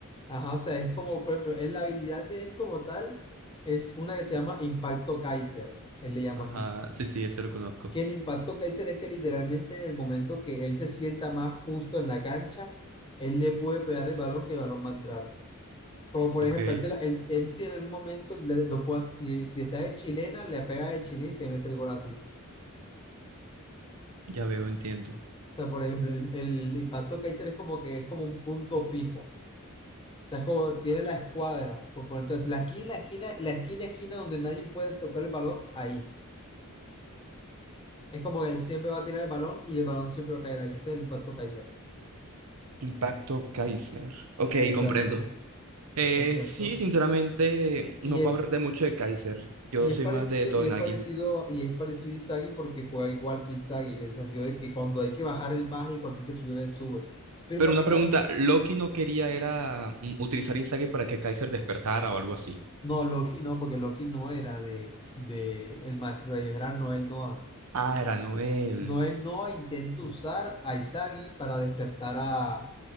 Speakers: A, on the left; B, on the right.
A: Ajá, o sea, es como, por ejemplo, es la habilidad de él como tal es una que se llama Impacto Kaiser, él le llama
B: Ajá,
A: así.
B: sí, sí, ese lo conozco.
A: Que el Impacto Kaiser es que literalmente en el momento que él se sienta más justo en la cancha, él le puede pegar el balón que el balón va a entrar. Como por
B: Ok,
A: ejemplo, él, te la- él, él si en el momento, le- lo puede- si, si está de chilena, le pega de chilena y te mete el gol así.
B: ya veo, entiendo.
A: O sea, por ejemplo, el, el Impacto Kaiser es como que es como un punto fijo. O sea, es como tiene la escuadra. por poner- Entonces, la esquina, esquina, la esquina, esquina donde nadie puede tocar el balón, ahí. Es como que él siempre va a tirar el balón y el balón siempre va a caer ahí. Ese es el impacto Kaiser.
B: Impacto Kaiser. Ok,
A: Exacto,
B: comprendo. Eh,
A: exacto.
B: sí, sinceramente, no
A: Y es,
B: puedo hablar de mucho de Kaiser. Yo
A: y
B: soy
A: es parecido,
B: más de Todenagi.
A: y es parecido, y es parecido a Isagi porque juega igual que Isagi, en el sentido de que cuando hay que bajar, él baja y cuando hay que subir, él sube. Pero
B: Pero
A: para
B: una
A: mí, va-
B: pregunta, Loki no quería era mm, utilizar Izagi para que Kaiser despertara o algo así.
A: no, Loki no, porque Loki no era de, de el maestro de ellos, era Noel Noah.
B: Ah, era Noel,
A: Noel Noah intenta usar a Izagi para despertar a,